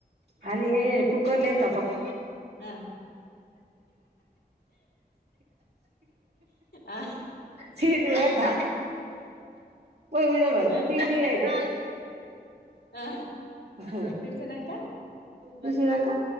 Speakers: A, on the right; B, on the left.
A: అది ఏ కుక్కర్ల ఏత్త పప్.
B: ఆ ఆ
A: సీటీ పెడ్త పొయ్యి మీద పెడత
B: ఆ
A: తీయ తీయగైతై
B: ఆ
A: <unintelligible> హ
B: తీసినంక
A: తిసినంక